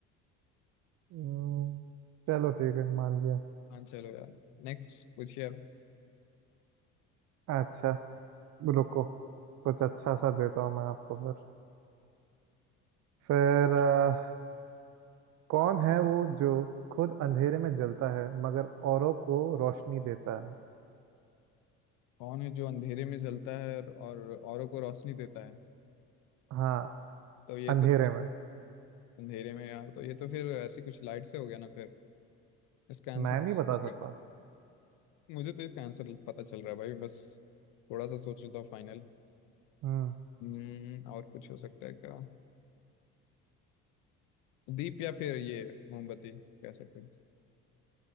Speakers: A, on the right; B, on the left.
A: हम्म, चलो ठीक है मान लिया
B: हाँ चलो यार नेक्स्ट पूछिए आप
A: अच्छा रुको कुछ अच्छा सा देता हूँ मैं आपको फिर फिर अ, कौन है वो जो खुद अंधेरे में जलता है मगर औरों को रोशनी देता है
B: कौन है जो अंधेरे में जलता है और औरों को रोशनी देता है
A: हाँ
B: तो ये
A: अंधेरे
B: तो
A: में
B: अंधेरे में यार तो ये तो फिर ऐसी कुछ लाइट से हो गया ना फिर इसका आंसर
A: मैं नहीं
B: ठीक
A: बता
B: है
A: सकता
B: मुझे तो इसका आंसर पता चल रहा है भाई बस थोड़ा सा सोच लेता हूँ फाइनल
A: हम्म
B: हम्म और कुछ हो सकता है क्या दीप या फिर ये मोमबत्ती कह सकते हैं